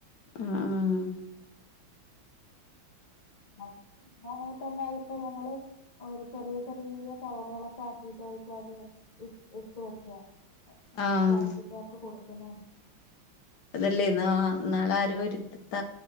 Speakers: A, on the left (about 60°); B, on the left (about 30°).
A: ഉം ഉം
B: <unintelligible> ഒരു ചെറിയ ചെറിയ കവർകളൊക്കെ ആക്കിട്ടായിരിക്കും അത് ഇ ഇട്ട് വെക്കുക
A: ആഹ്
B: പ്ലാസ്റ്റിക്കുകാർക്ക് കൊടുക്കണ തന്നെ
A: അതല്ലേ എന്നാ ന്നാൾ ആരൊര് ത്ത